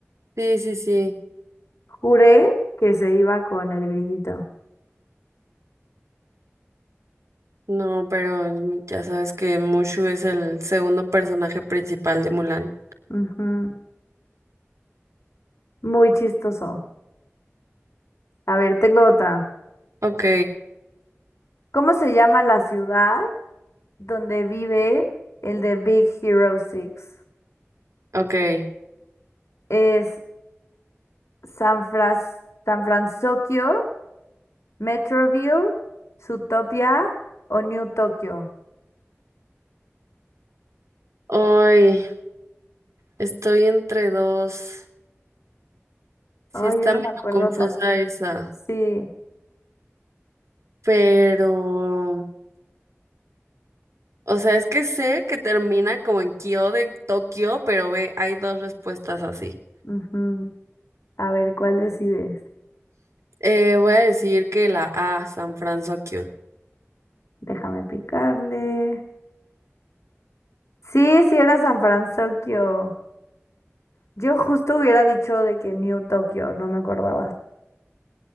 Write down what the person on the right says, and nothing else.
Sí, sí, sí.
No, pero ya sabes que Mushu es el segundo personaje principal de Mulan.
Ok,
ok.
Hoy estoy entre dos. Sí
está
medio
confusa
esa,
pero... O sea, es que sé que termina como en Kyo de Tokio, pero ve, hay dos respuestas así.
Eh, voy a decir que la A, San Francisco.